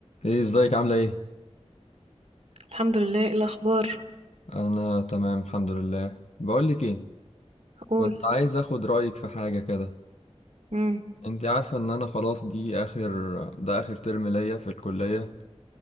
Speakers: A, on the left; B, on the right.
A: ايه ازيك عاملة ايه؟
B: الحمد لله ايه الاخبار
A: انا تمام الحمد لله بقولك ايه
B: اقول
A: كنت عايز اخد رأيك في حاجة كده
B: امم
A: انت عارفة ان انا خلاص دي اخر ده اخر ترم ليا في الكلية